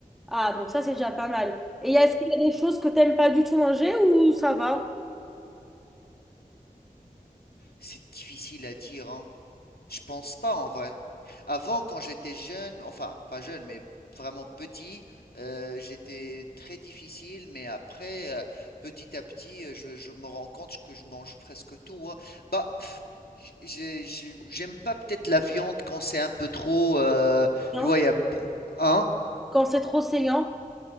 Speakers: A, in the centre; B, on the left (about 85°).
A: Ah, donc ça, c'est déjà pas mal. Et y a- est-ce qu'il y a des choses que t'aimes pas du tout manger ou ça va?
B: C'est difficile à dire, hein. Je pense pas en vrai. Avant, quand j'étais jeune, enfin pas jeune, mais vraiment petit, euh, j'étais très difficile, mais après, euh, petit à petit, euh, je, je me rends compte que je mange presque tout. hein. Bah, pff, j- j'ai- j'ai- j'aime pas peut-être la viande quand c'est un peu trop. euh,
A: Non.
B: tu vois, il y a, bou- hein?
A: Quand c'est trop saignant?